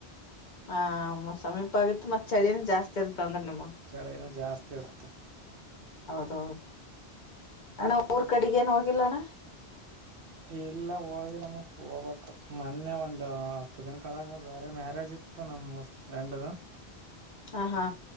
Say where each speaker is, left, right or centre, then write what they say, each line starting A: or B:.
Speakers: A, on the left; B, on the right.
A: ಹ ಸಮೀಪ ಆಗಿತ್ತು ಮತ್ತತ್ ಚಳಿನ ಜಾಸ್ತಿ ಇರ್ತ ಅಂದ್ರ ನಿಮಗ್
B: ಚಳನೂ ಜಾಸ್ತಿ ಆತ
A: ಹೌದು ಅಣ್ಣ ಊರ್ ಕಡೆಗೇನು ಹೋಗಿಲ್ಲ ಅಣ್ಣ?
B: ಇಲ್ಲ ಹೋಗಿಲ್ಲಮ್ಮ ಹೋಗ್ಬಕ್ ಮೊನ್ನೆ ಒಂದ ಹತ್ತು ದಿನ ಕಳಗ ಬೇರೆ ಮ್ಯಾರೇಜ್ ಇತ್ತು. ನಮ್ಮ್ ಮಸ್ತ್ ಫ್ರೆಂಡ್ಸ,
A: ಹ ಹಾ